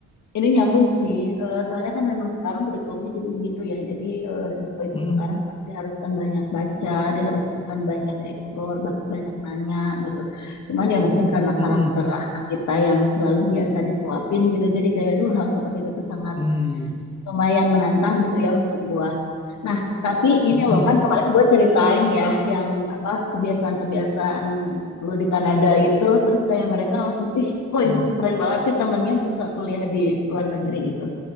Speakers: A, on the left (about 70°); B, on the left (about 15°).
A: ini nyambung sih. Eh, soalnya kan memang sekarang kurikulumnya juga begitu ya. Jadi eh, siswa itu
B: mm,
A: sekarang diharuskan banyak baca, diharuskan banyak eksplor, bahkan banyak nanya gitu. Cuman ya mungkin karena
B: mm,
A: karakter anak kita yang selalu biasa disuapin gitu. Jadi kayak duh hal seperti itu tuh sangat
B: mm,
A: lumayan menantang gitu ya untuk gua. Nah, tapi ini
B: mm,
A: loh
B: mm,
A: kan kemarin gua ceritain ya yang apa kebiasaan-kebiasaan lu di Kanada itu terus kayak mereka langsung ih kok
B: mm,
A: ibu keren banget sih temennya bisa kuliah di luar negeri gitu